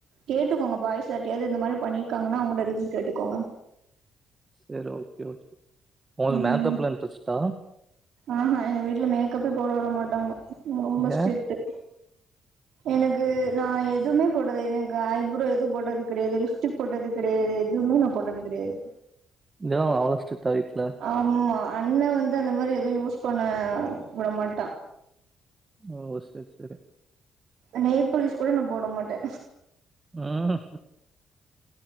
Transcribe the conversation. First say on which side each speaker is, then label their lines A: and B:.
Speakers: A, on the right; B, on the right.
A: கேட்டுக்கோங்க பாய்ஸ் யார்டியாது இந்த மாரி பண்ணிர்க்காங்னா அவுங்கட்ட ரிவிவ் கேட்டுக்கோங்க
B: சரி ஓகே ஓகே உங்களுக்கு
A: ம்
B: மேக்கப்ல இன்ட்ரெஸ்ட்டா
A: ஆஹா எங்க வீட்ல மேக்கப்பே போட வுட மாட்டாங்க ரொம்ப ஸ்ட்ரிட்டு
B: ஏ
A: எனக்கு நா எதுவுமே போட்டது கெட எனக்கு ஐப்ரோ எதுவு போட்டது கெடையாது லிப்ஸ்ட்டிக் போட்டது கெடையாது எதுவுமே நா போட்டது கெடையாது
B: தோவ அவ்ளோ ஸ்டிட்டா வீட்ல
A: ஆமா அண்ண வந்து அந்த மாரி எது யூஸ் பண்ண வுட மாட்டா
B: ஓ செரி செரி
A: நெய்பாலீஸ் கூட நா போட மாட்டே
B: ம்